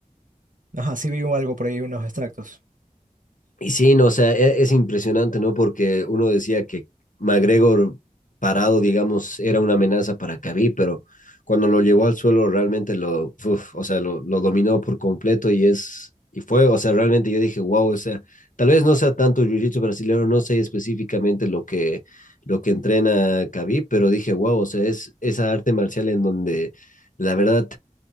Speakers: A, on the right; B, on the left.
A: Ajá, sí vi algo por ahí, unos extractos.
B: Y sí, no, o sea, e- es, impresionante, ¿no? Porque uno decía que McGregor parado, digamos, era una amenaza para Khabib, pero cuando lo llevó al suelo realmente lo, uf, o sea, lo, lo dominó por completo y es, y fue, o sea, realmente yo dije, wow, o sea, tal vez no sea tanto jiu-jitsu brasileño, no sé específicamente lo que, lo que entrena Khabib, pero dije, wow, o sea, es esa arte marcial en donde la verdad